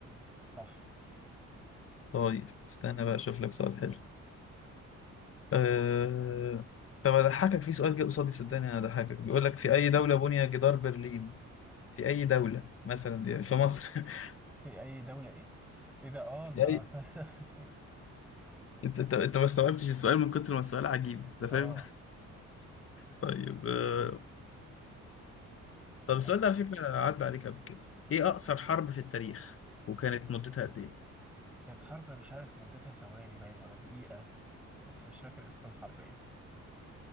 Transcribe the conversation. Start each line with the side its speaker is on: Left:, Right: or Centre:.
Centre: صح
Left: طيب استنى بقى اشوف لك سؤال حلو آه... طب اضحكك في سؤال جه قصادي صدقني انا هضحكك بيقول لك في اي دوله بني جدار برلين في أي دولة مثلا يعني في مصر <laughs>
Centre: في أي دولة إيه؟ إيه ده؟ آه أنت
Left: في أي
Centre: <laughs>
Left: أنت أنت أنت ما استوعبتش السؤال من كتر ما السؤال عجيب أنت فاهم؟
Centre: آه
Left: <laughs> طيب آه، طب السؤال
Centre: يعني
Left: ده على فكرة عدى عليك قبل كده إيه أقصر حرب في التاريخ وكانت مدتها قد إيه؟
Centre: كانت حرب مش عارف مدتها ثواني باين ولا دقيقة بس مش فاكر اسم الحرب إيه